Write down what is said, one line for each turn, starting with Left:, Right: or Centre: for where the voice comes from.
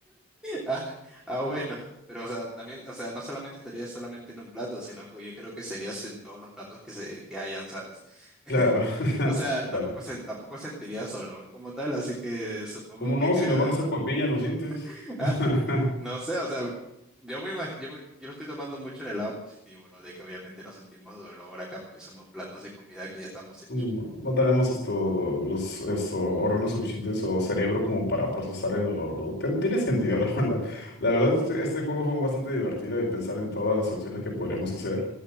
Centre: Ah, ah, bueno, pero o sea, también, o sea, no solamente estaría solamente en un plato, sino que yo creo que serías en todos los platos que se que hayan, ¿sabes?
Left: <laughs>
Centre: <laughs>
Left: claro.
Centre: O
Left: <laughs>
Centre: sea,
Left: Bueno,
Centre: tampoco sen- tampoco sentirías olor como tal, así que supongo
Left: ¿cómo no?
Centre: que creo,
Left: Si me van a hacer papilla en los dientes.
Centre: <laughs>
Left: <laughs>
Centre: Ah, no sé, o sea, yo me imag- yo me- yo lo estoy tomando mucho en el lado positivo, ¿no? De que obviamente no sentimos dolor acá porque somos platos de comida que ya estamos hechos.
Left: No, no tenemos esto, los esto, órganos suficientes o cerebro como para procesar el dolor. Ten- tiene sentido, <laughs> la verdad. La verdad,
Centre: Ujú.
Left: este, este juego fue bastante divertido y pensar en todas las acciones que podríamos hacer.